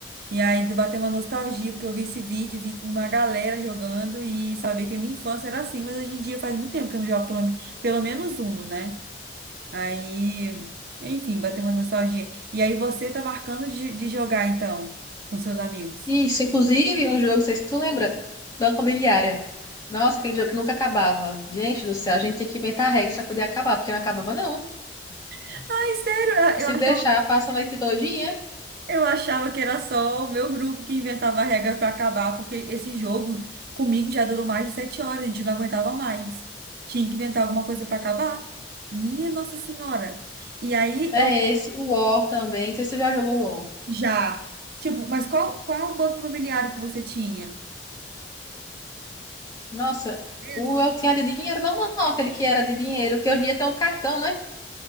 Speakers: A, on the right; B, on the left.
A: E aí bateu uma nostalgia, porque eu vi esse vídeo, vi uma galera jogando e sabia que a minha infância era assim, mas hoje em dia faz muito tempo que eu não jogo pelo, pelo menos Uno, né? Aí, enfim, bateu uma nostalgia. E aí você tá marcando de, de jogar, então, com seus amigos.
B: Isso, inclusive, um jogo, não sei se tu lembra, Banco Imobiliária. Nossa, aquele jogo que nunca acabava. Gente do céu, a gente tem que inventar regras para poder acabar, porque não acabava, não.
A: Ai, sério, eu
B: Se
A: achava,
B: deixar, passa a noite todinha.
A: eu achava que era só o meu grupo que inventava a regra pra acabar, porque esse jogo comigo já durou mais de sete horas, a gente não aguentava mais. Tinha que inventar alguma coisa pra acabar. Minha Nossa Senhora. E aí
B: É
A: eu
B: esse, o War também. Não sei se tu já jogou o War.
A: Já. Tipo, mas qual, qual é o banco imobiliário que você tinha?
B: Nossa,
A: Mesmo?
B: o eu tinha de dinheiro normal, aquele que era de dinheiro, porque hoje em dia tem um cartão, né?